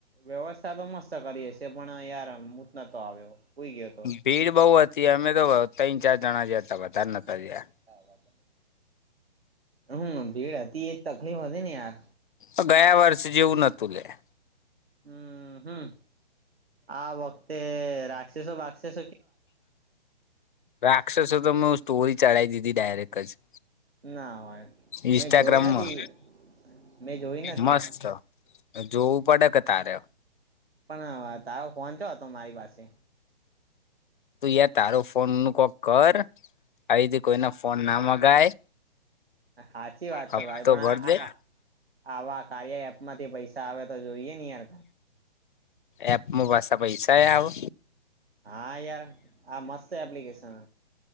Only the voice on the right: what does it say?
વ્યવસ્થા તો મસ્ત કરીએ છે પણ યાર હું જ નતો આવ્યો હુંઈ ગયો તો.
<inaudible> હમ ભીડ હતી એ જ તકલીફ હતી ને યાર.
હમ હમ આ વખતે રાક્ષસો બાક્ષસો
ના હોય
મેં જોઈ નતી મેં જોઈ નતી.
પણ તારો ફોનચ્યો હતો મારી પાસે
હાચી વાત
છે ભાઈ પણ
આ આ
આવા કાર્ય એપ માંથી પૈસા આવે તો જોઈએ ને યાર
હા યાર આ મસ્ત એપ્લિકેશન